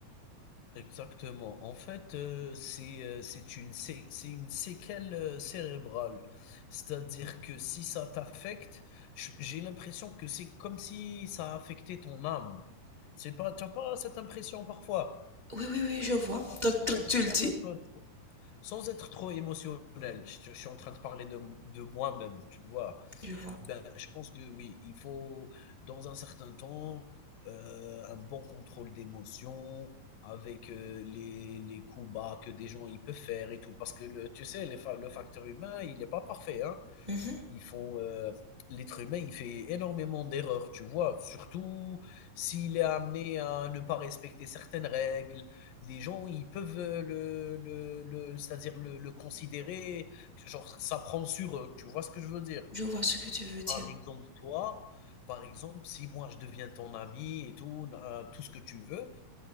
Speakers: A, on the left; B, on the right.
A: Exactement. En fait, euh, c'est euh, c'est une sé- c'est une séquelle euh, cérébrale. C'est-à-dire que si ça t'affecte, j- j'ai l'impression que c'est comme si ça affectait ton âme. C'est pas, t'as pas cette impression parfois,
B: Oui, oui, oui, je vois.
A: sans,
B: Tant,
A: sans
B: tant que
A: être
B: tu
A: sans
B: le dis,
A: être trop, sans être trop émotionnel. Je, je suis en train de parler de, de moi-même, tu vois.
B: je vois.
A: Ben, je pense que oui, il faut, dans un certain temps, euh, un bon contrôle d'émotion avec euh, les, les coups bas que des gens ils peuvent faire et tout. Parce que le, tu sais, les fa- le facteur humain, il n'est pas parfait. Hein.
B: Mhm.
A: Ils font, euh, l'être humain, il fait énormément d'erreurs, tu vois. Surtout s'il est amené à ne pas respecter certaines règles. Les gens, ils peuvent euh, le, le, le- c'est-à-dire le, le considérer, genre, ça prend sur eux. Tu vois ce que je veux dire?
B: Je vois ce que tu veux dire.
A: Par exemple, toi, par exemple, si moi je deviens ton ami et tout, euh, tout ce que tu veux,